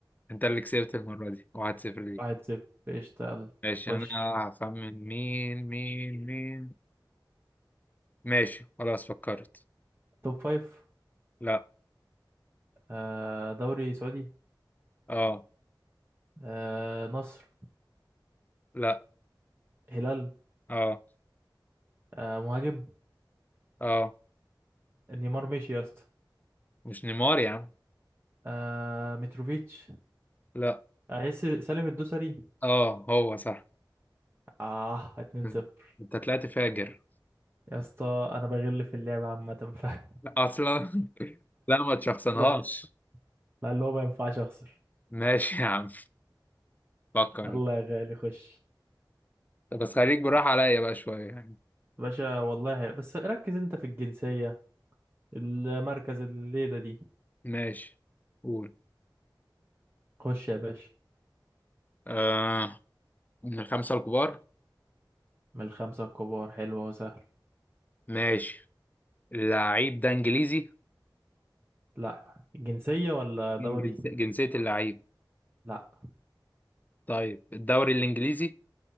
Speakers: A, on the left; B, on the right.
A: انت اللي كسبت المره دي 1-0 ليك
B: واحد صفر قشطة يلا
A: ماشي
B: خش
A: انا هخمن مين مين مين ماشي خلاص فكرت
B: توب فايف
A: لا
B: آه دوري سعودي
A: اه
B: آه نصر
A: لا
B: هلال
A: اه
B: آه مهاجم
A: اه
B: نيمار مشي يا اسطى
A: مش نيمار يا عم
B: آه متروفيتش
A: لا
B: آه ياسر سالم الدوسري
A: اه هو صح
B: اه 2
A: <laughs>
B: 0
A: انت طلعت فاجر
B: يا اسطى انا بغل في اللعبة عامة ف <laughs>
A: اصلا <laughs> لا ما تشخصنهاش
B: لا لا اللي هو ما ينفعش اخسر
A: ماشي يا عم فكر
B: يلا يا غالي خش
A: طب بس خليك براح عليا بقى شوية يعني
B: باشا والله بس ركز انت في الجنسية المركز الليلة دي
A: ماشي قول
B: خش يا باشا
A: آه من الخمسة الكبار
B: من الخمسة الكبار حلوة وسهل
A: ماشي اللعيب ده انجليزي
B: لا جنسية ولا
A: مم.
B: دوري
A: جنس- جنسية اللعيب
B: لا
A: طيب الدوري الانجليزي